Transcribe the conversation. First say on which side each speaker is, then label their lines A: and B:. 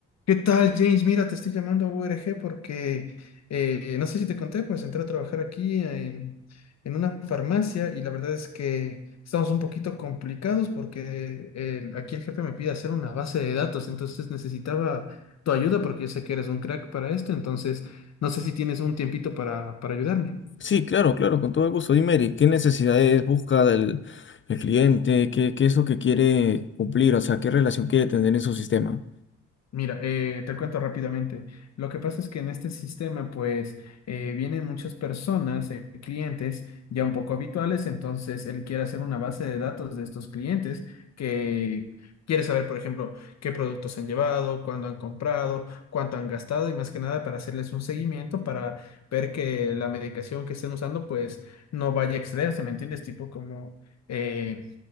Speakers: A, on the left; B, on the left.
A: ¿Qué tal, James? Mira, te estoy llamando a URG porque eh, no sé si te conté, pues entré a trabajar aquí en, en una farmacia y la verdad es que estamos un poquito complicados porque el- aquí el jefe me pide hacer una base de datos, entonces necesitaba tu ayuda porque yo sé que eres un crack para esto, entonces no sé si tienes un tiempito para, para ayudarme.
B: Sí, claro, claro, con todo gusto. Dime, Eric, ¿qué necesidades busca del, el cliente? ¿Qué, qué es lo que quiere cumplir? O sea, ¿qué relación quiere tener en su sistema?
A: Mira, eh, te cuento rápidamente. Lo que pasa es que en este sistema, pues, eh, vienen muchas personas, eh, clientes ya un poco habituales, entonces él quiere hacer una base de datos de estos clientes que quiere saber, por ejemplo, qué productos han llevado, cuándo han comprado, cuánto han gastado y más que nada para hacerles un seguimiento para ver que la medicación que estén usando, pues, no vaya a excederse, ¿me entiendes? Tipo como... eh,